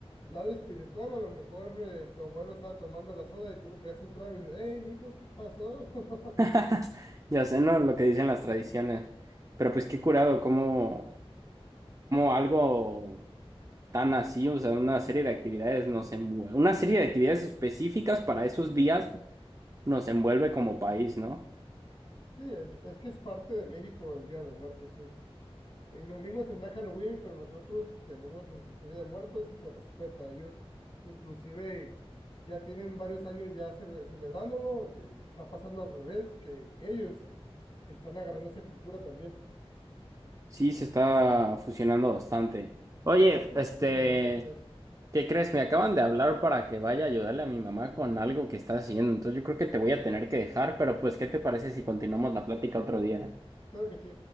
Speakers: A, on the left (about 55°); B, on the right (about 35°).
A: Lado espiritual, a lo mejor eh, tu abuelo estaba tomando la soda y tú le pegaste un trago y dices, hey, mijo, ¿qué pasó? <laughs>
B: <laughs> Ya sé, ¿no? Lo que dicen las tradiciones. Pero pues qué curado, como algo tan así, o sea, una serie de actividades nos envuelve, una serie de actividades específicas para esos días nos envuelve como país, ¿no?
A: Sí, es, es que es parte de México el Día de Muertos. sí Es, eh, los gringos tendrán Halloween, pero nosotros tenemos el Día de Muertos y se respeta. Ellos inclusive ya tienen varios años ya ce- celebrándolo. eh, está pasando al revés, que ellos están agarrando esa cultura también.
B: Sí, se está fusionando bastante. Oye,
A: Se está fu-
B: este...
A: fusionando, así es.
B: ¿Qué crees? Me acaban de hablar para que vaya a ayudarle a mi mamá con algo que está haciendo. Entonces yo creo que te voy a tener que dejar, pero pues, ¿qué te parece si continuamos la plática otro día?
A: Claro que sí.